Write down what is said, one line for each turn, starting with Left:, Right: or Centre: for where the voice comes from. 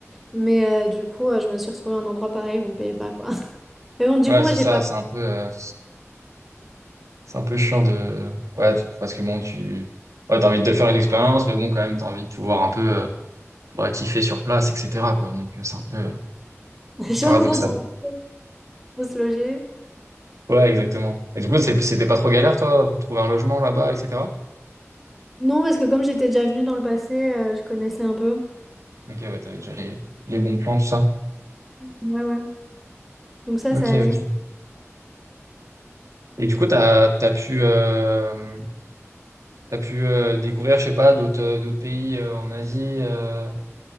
Centre: Mais euh, du coup, euh, je me suis retrouvée à un endroit pareil où on ne payait pas quoi. <laughs> Mais bon, du
Right: Voilà,
Centre: coup, moi,
Right: c'est
Centre: j'ai
Right: ça,
Centre: pas.
Right: c'est un peu. euh, C'est un peu chiant de... Ouais, t- parce que bon, tu... Ouais, t'as envie de te faire une expérience, mais bon, quand même, t'as envie de pouvoir un peu euh, bah, kiffer sur place, etc., quoi. Donc, euh, c'est un peu euh,
Centre: J'avoue,
Right: paradoxal.
Centre: bon, <laughs> faut faut se loger.
Right: Ouais, exactement. Et du coup, c'est- c'était pas trop galère, toi, pour trouver un logement là-bas, etc.
Centre: Non, parce que comme j'étais déjà venue dans le passé, euh, je connaissais un peu.
Right: Ok, ouais, t'avais déjà les, les bons plans, tout ça.
Centre: Ouais, ouais. Donc ça,
Right: Ok,
Centre: ça allait.
Right: ok. Et du coup, t'as, t'as pu, euh, t'as pu euh, découvrir, je sais pas, d'autres euh, d'autres pays euh, en Asie euh,